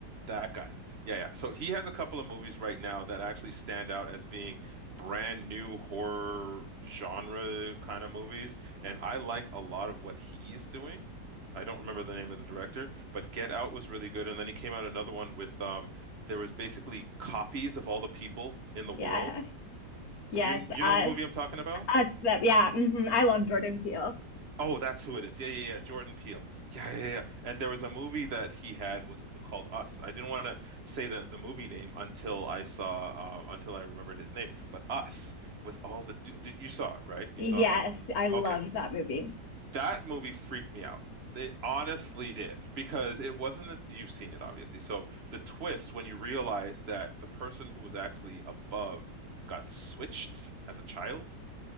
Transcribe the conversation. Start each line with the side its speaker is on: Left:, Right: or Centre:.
Right: That guy. Yeah, yeah. So he has a couple of movies right now that actually stand out as being brand new horror genre kind of movies, and I like a lot of what he's doing. I don't remember the name of the director, but Get Out was really good, and then he came out another one with um there was basically copies of all the people in the world
Left: Yeah. Yes.
Right: do you you
Left: Uh,
Right: know the movie I'm talking about?
Left: Us, that, yeah. hmm I love Jordan Peele.
Right: Oh, that's who it is. Yeah, yeah, yeah. Jordan Peele. Yeah, yeah, yeah. And there was a movie that he had was called Us. I didn't want to say the, the movie name until I saw uh, until I remembered his name. But Us with all the d did, you saw it, right? You
Left: Yes,
Right: saw Us?
Left: I loved
Right: Okay.
Left: that movie.
Right: That movie freaked me out. It honestly did because it wasn't a, you've seen it obviously. So the twist when you realize that the person who was actually above got switched as a child